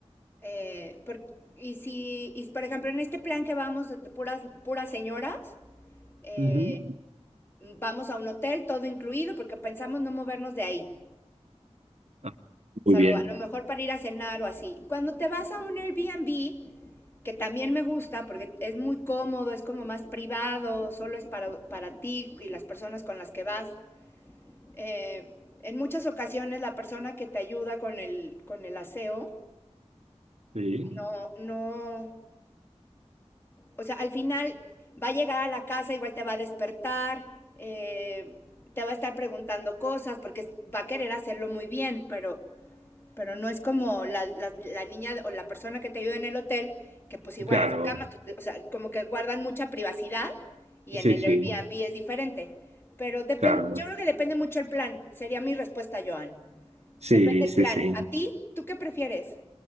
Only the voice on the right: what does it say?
ujú.
Ah,
Muy bien.
Sí,
claro.
Sí,
sí,
claro.
Sí,
sí,
sí.